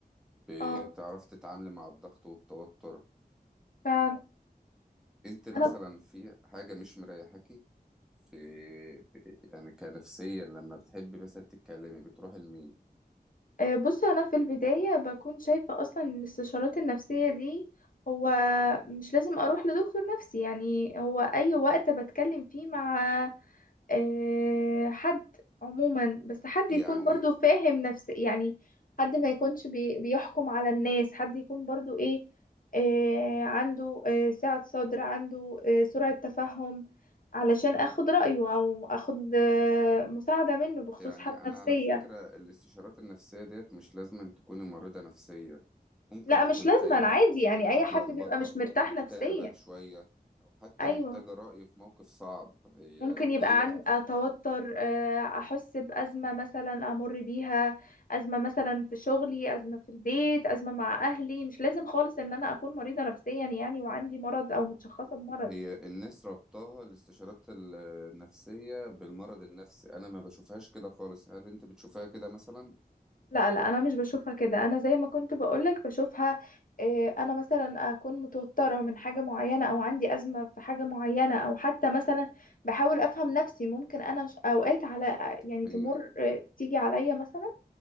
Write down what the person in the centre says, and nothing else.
بتعرفي
تتعاملي مع الضغط والتوتر
انت مثلا
في حاجة مش مريحاكي في, في يعني كنفسيا لما بتحبي مثلا تتكلمي بتروحي لمين
يعني
يعني
انا
على فكرة الاستشارات النفسية ديت مش لازم أن تكوني مريضة نفسية ممكن
تكوني
تايهة
متلخبطة
مكتئبة
شوية أو حتى
محتاجة رأي في موقف صعب هي
ديت
هي الناس ربطها الاستشارات ال- النفسية بالمرض النفسي أنا ما بشوفهاش كده خالص هل أنت بتشوفها كده مثلا؟
صحيح